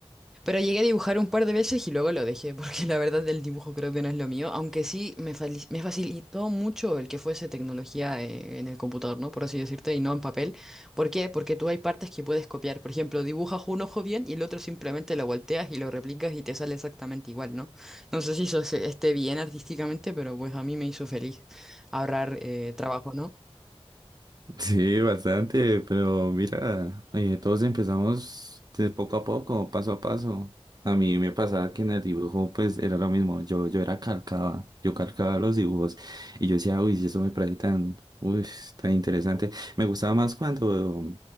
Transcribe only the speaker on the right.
Sí, bastante, pero mira, eh, todos empezamos de poco a poco, paso a paso. A mí me pasaba que en el dibujo pues era lo mismo, yo, yo era calcaba, yo calcaba los dibujos y yo decía, uy, si eso me parece tan, uy, tan interesante. Me gustaba más cuando